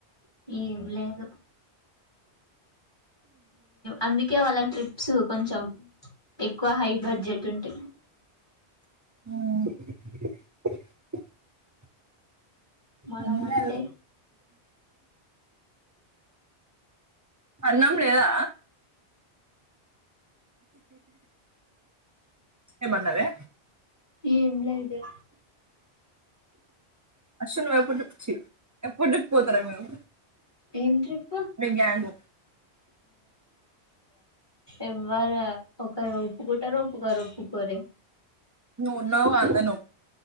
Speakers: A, on the left; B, on the right.
A: ఏం లేదు అందుకే వాళ్ళ ట్రిప్స్ కొంచెం ఎక్కువ హై బడ్జెట్ ఉంటే
B: ఆ
A: మనం
B: ఏమైంది
A: అంటే
B: ఆ అన్నాం లేదా ఏమన్నవే?
A: ఏం లేదే
B: అసలు నువ్వు ఎప్పుడుచ్చి ఛీ ఎప్పుడు చెప్ పోతారే మీరు
A: ఏం ట్రిప్
B: మీ గ్యాంగ్
A: ఎవ్వర ఒక ఒప్పుకుంటరు, ఒప్పుకోరు, ఒప్పుకోరే
B: నువ్వు ఉన్నావ్ గా అందర్ను